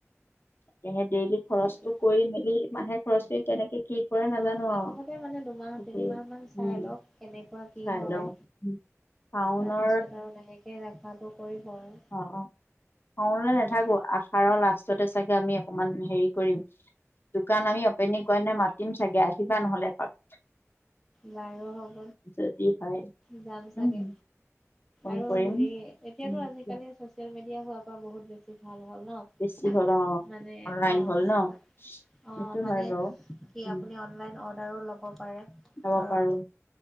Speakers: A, on the left; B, in the centre.
A: সে ডেইলি খৰচটো
B: এতিয়া
A: কৰি মেলি মানাহে খৰচ কৰি কেনেকে, কি কৰে নাজানো
B: অ', প্ৰথমতে
A: আৰু
B: মানে দুমাহ
A: উ
B: তিনিমাহ মান চাই লওক কেনেকুৱা কি
A: চাই
B: হয়।
A: লওঁ টাউনৰ
B: তাৰপিছত আৰু লাহেকে ৰাখাটো কৰিব আৰু
A: অ' অ' খালৈ
B: উম,
A: নাথাকো আষাৰৰ লষ্ট চতে চাগে আমি অকমান হেৰি কৰিম, দোকান আমি অপেনিং কৰে নে মাতিম চাগে আহিবা নহলে এপাক,
B: বাৰু হ'ব
A: যদি হয়
B: যাম চাগে,
A: উম ফোন
B: আৰু
A: কৰিম
B: হেৰি এতিয়াতটো
A: উম দিয়া।
B: আজিকালি চচিয়েল মিডিয়া হৱা পৰা বহুত বেছি ভাল হল। ন
A: বেছি হ'ল অ
B: মানে
A: অনলাইন
B: অ'
A: হ'ল ন
B: তাত অ'
A: এইটো
B: মানে,
A: হয় বাৰু
B: সি
A: উম
B: আপুনি অনলাইন অৰ্ডাৰো ল'ব পাৰে
A: যাব
B: ধৰক
A: পাৰো